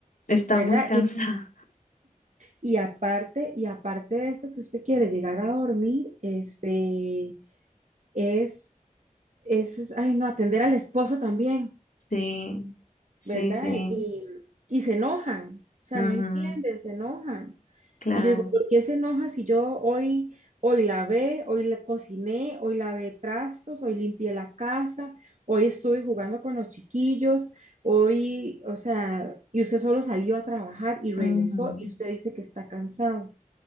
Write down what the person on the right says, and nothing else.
¿verdad?
Y,
y aparte, y aparte de eso que usted quiere llegar a dormir, este es, es, ay, no, atender al esposo también,
¿verdad?
Y, y se enojan, o sea,
no entienden, se enojan.
Y yo digo, ¿por qué se enoja si yo hoy, hoy lavé, hoy la cociné, hoy lavé trastos, hoy limpié la casa, hoy estuve jugando con los chiquillos, hoy, o sea, y usted solo salió a trabajar y regresó
y usted dice que está cansado.